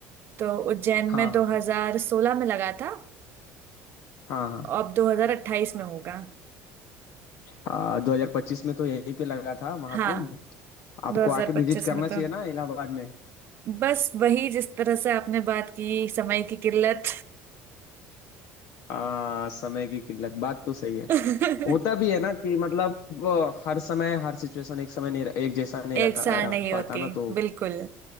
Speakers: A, on the right (about 40°); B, on the left (about 60°).
A: तो उज्जैन
B: हाँ
A: में 2016 में लगा था
B: हाँ हाँ
A: अब 2028 में होगा
B: हाँ दो हजार पच्चीस में तो यहीं पे लगा था महाकुंभ
A: हाँ
B: आपको
A: 2025
B: आके विजिट करना
A: में
B: चाहिए
A: तो
B: ना इलाहाबाद में
A: बस वही जिस तरह से आपने बात की समय की किल्लत
B: आ, समय की किल्लत बात तो सही है
A: <laughs>
B: होता भी है ना कि मतलब अ, हर समय हर सिचुएशन एक समय नहीं रह- एक जैसा नहीं रहता
A: एक सार
B: रह
A: नहीं
B: पाता
A: होती
B: ना तो
A: बिल्कुल